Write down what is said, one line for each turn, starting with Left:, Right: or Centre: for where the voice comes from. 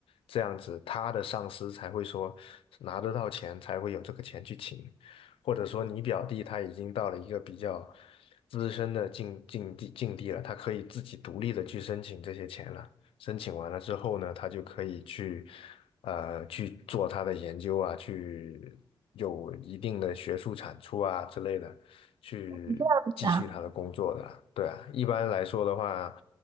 Left: 这样子他的上司才会说拿得到钱，才会有这个钱去请，或者说你表弟他已经到了一个比较资深的境境地境地了，他可以自己独立的去申请这些钱了。申请完了之后呢，他就可以去，呃，去做他的研究啊，去有一定的学术产出啊之类的，去继续他的工作的啦。
Right: 这样子啊。
Left: 对啊，一般来说的话，